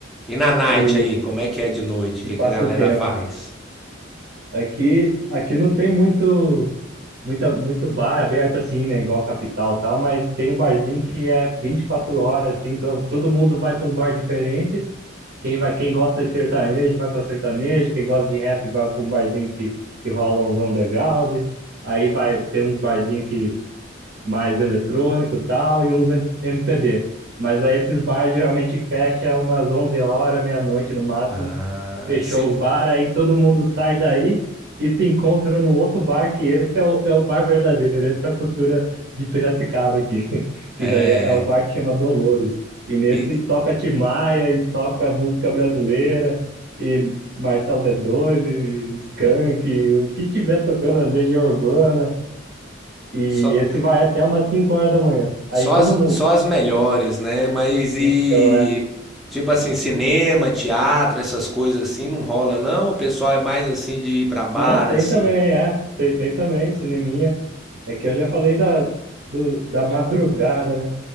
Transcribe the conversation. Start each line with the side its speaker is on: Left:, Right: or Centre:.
Centre: E na night
Right: e,
Centre: aí, como é que é de noite? O
Right: e
Centre: que
Right: passa
Centre: que a galera
Right: o tempo.
Centre: faz?
Right: Aqui, aqui não tem muito, muita, muito bar aberto assim, né? Igual capital e tal, mas tem um barzinho que é 24 horas, assim, então todo mundo vai para um bar diferente. Quem vai, quem gosta de sertanejo vai para sertanejo, quem gosta de rap vai para um barzinho que, que rola uns underground. Aí vai, tem uns barzinhos que mais eletrônico e tal, e uns M- MPB. Mas aí esses bares geralmente fecha umas 11 horas, meia-noite no máximo.
Centre: Ah,
Right: Fechou
Centre: se,
Right: os bar, aí todo mundo sai daí e se encontra no outro bar, que esse é o, é o bar verdadeiro, essa é a cultura de Piracicaba aqui, <laughs> que
Centre: é,
Right: daí é o bar que chama Dolores. E nesse
Centre: e
Right: toca Tim Maia e toca música brasileira e Marcelo D2 e Skank, e o que tiver tocando, Legião Urbana. E
Centre: só,
Right: esse vai até umas 5 horas da manhã. Aí
Centre: Só
Right: todo
Centre: as,
Right: mundo.
Centre: só as melhores, né? Mas e.
Right: Então, é.
Centre: Tipo assim, cinema, teatro, essas coisas assim, não rola, não? O pessoal é mais assim de ir pra bar,
Right: Não, tem
Centre: assim.
Right: também, é. Tem, tem também, cineminha. É que eu já falei da, do, da madrugada, né?